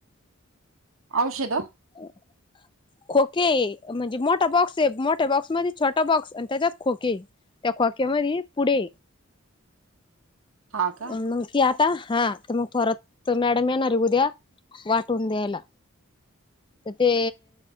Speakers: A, on the right; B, on the left.
A: औषध
B: <unintelligible> खोके म्हणजे मोठा बॉक्स आहे मोठ्या बॉक्समध्येध्ये छोटा बॉक्स आणि त्याच्यात खोके त्या खोक्यामध्ये पुढे,
A: हा का
B: मग ती आ हा तर मग थोरत मॅडम येणार आहे उद्या वाटून द्यायला तर ते